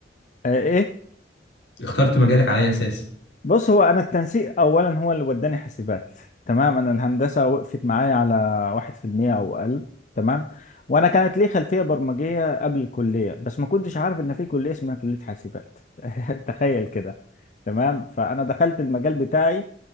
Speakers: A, on the left (about 40°); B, on the left (about 70°).
A: آه، ايه
B: اخترت مجالك على اي اساس
A: بص هو انا التنسيق اولا هو اللي وداني حاسبات تمام انا الهندسه وقفت معايا على واحد في المية او اقل تمام وانا كانت لي خلفيه برمجيه قبل الكليه بس ما كنتش عارف ان في كليه اسمها كليه حاسبات <laughs> تخيل كده تمام فانا دخلت المجال بتاعي